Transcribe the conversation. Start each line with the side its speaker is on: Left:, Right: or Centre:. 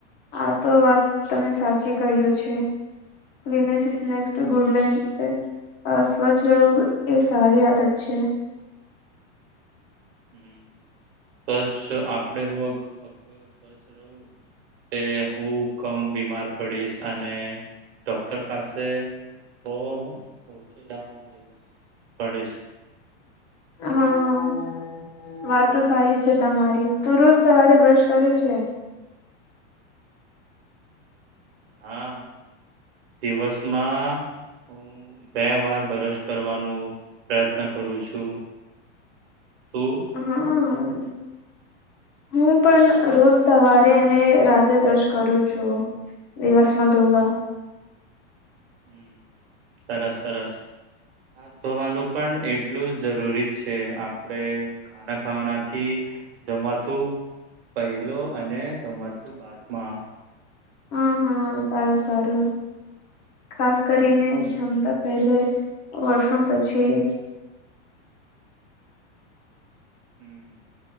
Left: આ તો વાત તમે સાચી કહ્યું છે. Cleanliness next to godliness એ. અ સ્વચ્છ રહેવું એ સારી આદત છે.
Right: હમ્મ સ્વચ્છ આપડે હું સ્વચ્છ <unintelligible> રહું. તે હું કમ બીમાર પડીશ અને ડોક્ટર પાસે ઓ ઓછો જવાની જરૂર પડીશ.
Left: હા. વાત તો સારી છે તમારી તું રોજ સવારે બ્રશ કરે છે.
Right: હા દિવસમાં હું બે વાર બ્રશ કરવાનો પ્રયત્ન કરું છું તું.
Left: હા. હું પણ રોજ સવારે અને રાતે બ્રશ કરું છું. દિવસ માં દો વાર.
Right: હમ્મ સરસ સરસ. હાથ ધોવાનું પણ એટલું જ જરૂરી છે આપડે ખાના ખાવાનાથી જમવા તું પહેલો અને સંવતું બાદમાં
Left: હા હા સારું સારું. ખાસ કરીને જમતા પહેલે વશરૂમ પછી.
Right: હમ્મ